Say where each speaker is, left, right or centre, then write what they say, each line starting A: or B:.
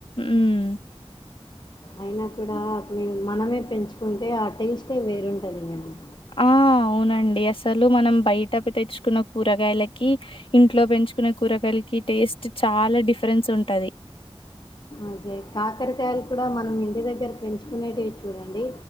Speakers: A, on the left; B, on the left.
A: ఉమ్
B: అయినా కూడా మనమే పెంచుకుంటే ఆ టేస్టే వేరుంటుంది మేడమ్
A: ఆ అవునండి అసలు మనం బయట తెచ్చుకున్న కూరగాయలకి ఇంట్లో పెంచుకునే కూరగాయలు యాలకి టేస్ట్ చాలా డిఫరెన్స్ ఉంటది
B: అదే కాకరకాయలు కూడా మనం ఇంట్ ఇంటి దగ్గర పెంచుకునేటివి చూడండి